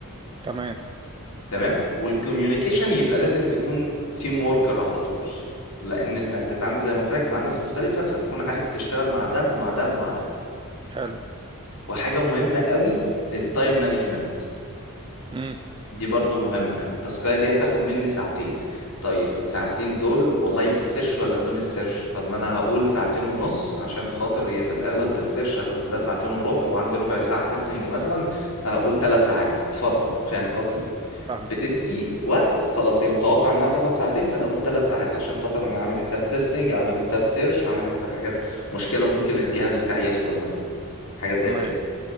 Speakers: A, on the right; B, on the left.
A: تمام
B: تمام والكوميونيكيشن يبقى لازم تكون تيم ووركر على طول لان انت هتتعامل زي ما قلت لك مع ناس مختلفة فتكون عارف تشتغل مع ده ومع ده ومع ده
A: حلو
B: وحاجة مهمة قوي التايم مانجمنت
A: امم
B: دي برضو مهمة انت التاسكاية دي هتاخد مني ساعتين طيب ساعتين دول والله بالسيرش ولا بدون السيرش طب ما انا هقول ساعتين ونص عشان خاطر هي في الاغلب بالسيرش هتاخد لها ساعتين وربع وعندي ربع ساعة تيستنج مثلا فهقول ثلاث ساعات فرضا فاهم قصدي
A: فاهمك
B: بتدي وقت خلاص هي متوقع انها تاخد ساعتين فانا هقول ثلاث ساعات عشان خاطر انا عامل حساب تيستنج عامل حساب سيرش عامل حساب حاجات مشكلة ممكن الجهاز بتاعي يفصل مثلا حاجات زي
A: تمام
B: كده